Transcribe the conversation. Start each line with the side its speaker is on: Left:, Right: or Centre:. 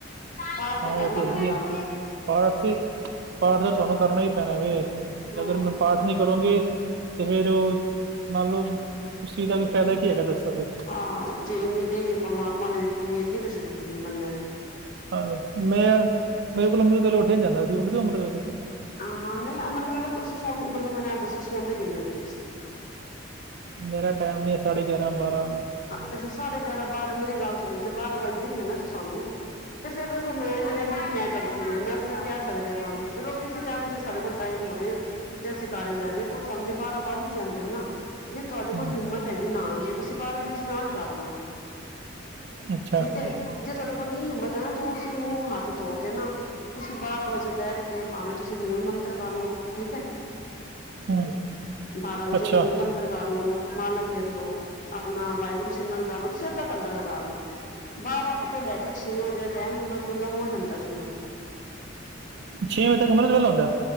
Left: ਪਾਠ
Right: ਹਾਂ,
Left: ਕਰਨਾ
Right: ਓ ਤੇ
Left: ਪੈਂਦਾ
Right: ਹੈ ਈਐ,
Left: ਵੇ
Right: ਪਾਠ ਤੇ ਪਾਠ ਤੇ ਤੁਆਨੂੰ ਕਰਨਾ ਈ ਪੈਣਾ ਵੇ। ਤੇ
Left: ਹੋਰ
Right: ਅਗਰ ਮੈਂ
Left: ਕੀ
Right: ਪਾਠ ਨੀ ਕਰੋਂਗੇ ਤੇ ਫੇਰ ਓ ਮੰਨ ਲੋ, ਓਸ ਚੀਜ ਦਾ ਫਾਇਦਾ ਕੀ ਹੈਗਾ, ਦੱਸੋ ਫਿਰ?
Left: ਆ, ਜੇ ਏਨੀ ਦੇਹ ਪਰਮਾਤਮਾ ਨੇ ਦਿੱਤੀ ਐ, ਕੀਦੇ ਆਸਤੇ ਦਿੱਤੀ ਬਨਦਾ ਏ
Right: ਅ ਮੈਂ, ਮੇਰੇ ਕੋਲੋ ਅਮ੍ਰਤ ਵੇਲੇ ਉੱਠਿਆ ਨੀ ਜਾਂਦਾ ਸੀ, ਤੁਸੀ ਉਠਦੇ ਓ ਅੰਮ੍ਰਿਤ ਵੇਲੇ?
Left: ਹਾਂ, ਨਈ ਅਮਰਤ ਵੇਲੇ ਤੁਸੀਂ ਸੋਨ ਮਲਬ ਮੈਨੂੰ ਐ ਦੱਸੋ, ਸੋਨਦੇ ਕਿੰਨੇ ਵਜੇ ਤੁਸੀਂ?
Right: ਮੇਰਾ ਟੈਮ ਨੀ ਐ, ਸਾਢੇ ਗਿਆਰਾਂ-ਬਾਰਾਂ।
Left: ਅ ਤੇ ਫੇਰ ਸਾਡੇ ਗਿਆਰਾਂ-ਬਾਰਾਂ, ਮੇਰੀ ਗੱਲ ਸੁਨੋ ਚੇ ਬਾਰਾਂ ਵੱਜਦੇ ਈ ਨੇ ਨਾ ਸਾਨੂੰ ਤੇ ਫੇਰ ਵੇਖੋ ਮੈਂ ਨੀਂ ਕੈਂਦੀਕਿ ਮੈਂ ਕਰਦੀ ਆਂ, ਮੈਂ ਸਿਰਫ ਕੈ ਸਕਦੀ ਆਂ ਤੁਆਨੁ, ਚਲੋ ਜੇ ਕਿਸੇ ਟੈਮ ਸਾਡੇ ਕੋਲ ਫੁੱਲ ਟਾਈਮ ਹੋਵੇ ਤੇ ਅਸੀ ਕਰ ਵੀ ਲਾਈਦਾ ਦੇਖੋ ਤੁਆਨੂੰ ਜੇ ਬਾਰਾ ਵੱਜ ਵੀ ਜਾਂਦੇ ਨਾ, ਜੇ ਤੁਆਡੇ
Right: ਹੂੰ
Left: ਕੋਲ ਹਿੰਮਤ ਹੈਂਗੀ ਨਾਨ ਜੇ ਤੁਸੀਂ ਬਾਰਾਂ ਵਜੇ ਸ਼ਨਾਨ ਕਰਲੋ,
Right: ਅੱਛਾ
Left: ਠੀਕ ਐ ਜੇ ਤੁਆਡੇ ਕੋਲ ਨੀ ਹਿੰਮਤ ਐ ਨਾ, ਤੁਸੀਂ ਮੂੰਹ ਹੱਥ ਧੋਕੇ ਨਾ ਤੁਸੀ ਬਾਰਾਂ ਵਜੇ ਬੈਠ ਕੇ ਭਾਵੇਂ ਤੁਸੀਂ ਮੂਲ ਮੰਤਰ ਕਰ ਲੋ, ਠੀਕੈ।
Right: ਹੂੰ।
Left: ਬਾਰਾਂ ਵਜੇ
Right: ਅੱਛਾ
Left: ਮੂਲ ਮੰਤਰ ਕਰਲੋ, ਮਾਲ ਫੇਰਲੋ ਆਪਨਾ ਵਾਹਿਗੁਰੂ ਸਿਮਰਨ ਕਰ ਲੋ, ਤੁਸੀਂ ਅੱਧਾ ਘੰਟਾ ਲਗਾ ਲੋ। ਬਾਰਾਂ ਤੋਂ ਲੈਕੇ ਛੇ ਵਜੇ ਟਾਈਮ ਅਮ੍ਰਤ ਵੇਲਾ ਹੋ ਜਾਂਦਾ ਸ਼ੁਰੂ।
Right: ਛੇ ਵਦ ਤਕ ਅੰਮ੍ਰਿਤ ਵੇਲਾ ਹੁੰਦੈ?